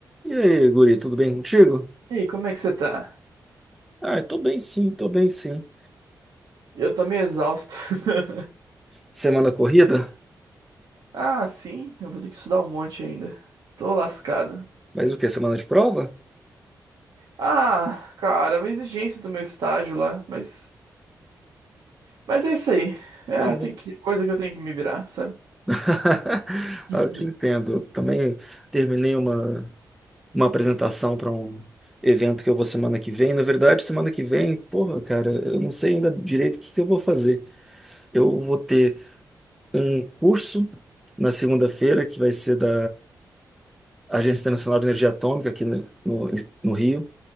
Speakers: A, in the centre; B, on the right.
A: E aí, guri, tudo bem contigo?
B: E aí, como é que você tá?
A: Ah, tô bem sim, tô bem sim.
B: Eu tô meio exausto. <laughs>
A: Semana corrida?
B: Ah, sim, eu vou ter que estudar um monte ainda. Tô lascado.
A: Mas o quê? Semana de prova?
B: Ah, cara, é uma exigência do meu estágio lá, mas. Mas é isso aí. É,
A: Mas- mas-
B: tem que. Coisa que eu tenho que me virar, sabe? <laughs>
A: <laughs>
B: Uhum.
A: Ah, eu te entendo. Eu também terminei uma, uma apresentação para um evento que eu vou semana que vem. Na verdade, semana que vem, porra, cara, eu não sei ainda direito o que que eu vou fazer. Eu vou ter um curso na segunda-feira, que vai ser da Agência Internacional de Energia Atômica aqui no, no no Rio.